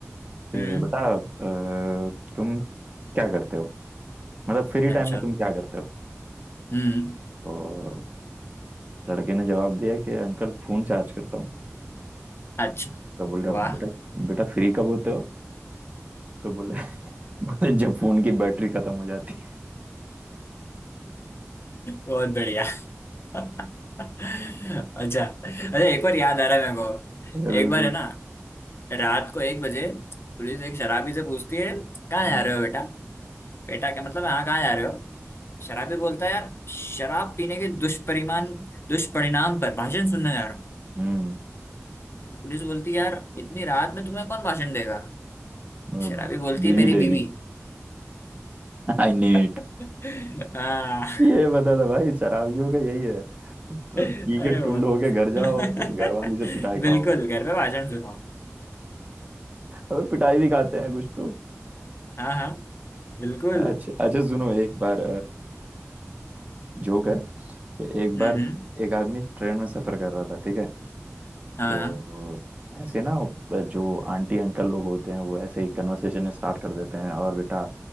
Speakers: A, on the right; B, on the left.
A: कि
B: हम्म
A: बेटा अ, तुम क्या करते हो मतलब फ्री
B: अच्छा
A: टाइम में तुम क्या करते हो
B: हम्म
A: तो लड़के ने जवाब दिया कि अंकल फोन चार्ज करता हूँ
B: अच्छा
A: तो बोल रहा
B: वाह
A: बेटा
B: <laughs>
A: बेटा फ्री कब होते हो तो बोले <laughs> बोले जब फोन की बैटरी खत्म हो जाती है
B: बहुत बढ़िया अच्छा अच्छा एक बार याद आ रहा है मेरे को
A: अरे बिल्कुल
B: एक बार है ना रात को एक बजे पुलिस एक शराबी से पूछती है कहाँ
A: हम्म
B: जा रहे हो बेटा बेटा क्या मतलब हाँ कहाँ जा रहे हो शराबी बोलता है यार शराब पीने के दुष्परिमान दुष्परिणाम पर भाषण सुनने जा रहा हूँ
A: हम्म,
B: पुलिस बोलती यार इतनी रात में तुम्हें कौन भाषण देगा
A: अब
B: शराबी बोलती
A: बीवी
B: है मेरी
A: देगी
B: बीवी
A: I need
B: <laughs> हाँ
A: ये बता था भाई शराबियों का यही है प-
B: अरे
A: पी के टुंड
B: बहुत
A: होके घर जाओ
B: <laughs>
A: और फिर घर वाली से पिटाई खाओ
B: बिल्कुल घर पे भाषण सुनो
A: अबे पिटाई भी खाते हैं कुछ तो
B: हाँ हाँ बिल्कुल
A: अच्छा अच्छा सुनो एक बार जोक है एक बार
B: हम्म हम्म
A: एक आदमी ट्रेन में सफर कर रहा था ठीक है
B: हाँ
A: तो
B: हाँ।
A: ऐसे ना जो आंटी अंकल लोग होते हैं वो ऐसे ही कन्वर्सेशन स्टार्ट कर देते हैं और बेटा अ,